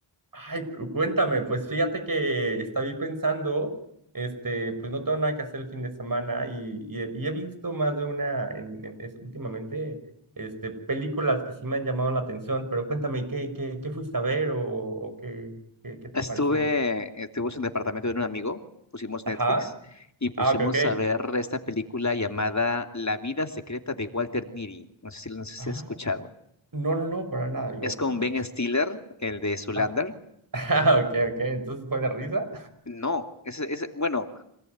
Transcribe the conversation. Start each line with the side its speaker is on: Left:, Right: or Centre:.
Right: Ay, cu- cuéntame, pues fíjate que estaba ahí pensando, este, pues no tengo nada que hacer el fin de semana y, y he, y he visto más de una en- en- es- últimamente, este, películas que sí me han llamado la atención, pero cuéntame, ¿qué, qué, qué fuiste a ver o, o qué, qué, qué te
Left: Estuve,
Right: pareció?
Left: estuvimos en el departamento de un amigo, pusimos
Right: Ajá.
Left: Netflix y pusimos
Right: Ah, ok, ok.
Left: a ver esta película llamada La vida secreta de Walter Mitty. No sé si, no sé si
Right: Ah,
Left: has escuchado.
Right: no, no, no, para nada, digo,
Left: Es con
Right: por los...
Left: Ben Stiller, el de Zoolander.
Right: Ah, <laughs> ah, ok, ok, entonces fue de risa.
Left: No, es, es bueno,